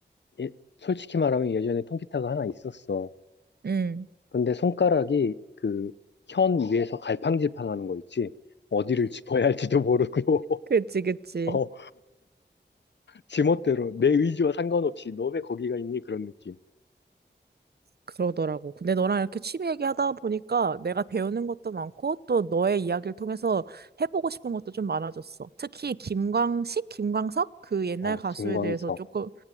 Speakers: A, on the left; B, on the right.
A: 예- 솔직히 말하면 예전에 통기타가 하나 있었어.
B: 응.
A: 근데 손가락이 그 현 위에서 갈팡질팡하는 거 있지. 어디를 짚어야 할지도 모르고,
B: 그치, 그치.
A: <laughs> 어, 지멋대로 내 의지와 상관없이 너 왜 거기가 있니? 그런 느낌.
B: 그러더라고. 근데 너랑 이렇게 취미 얘기하다 보니까 내가 배우는 것도 많고 또 너의 이야기를 통해서 해보고 싶은 것도 좀 많아졌어. 특히 김광식, 김광석 그 옛날
A: 어,
B: 가수에
A: 김광석.
B: 대해서 조금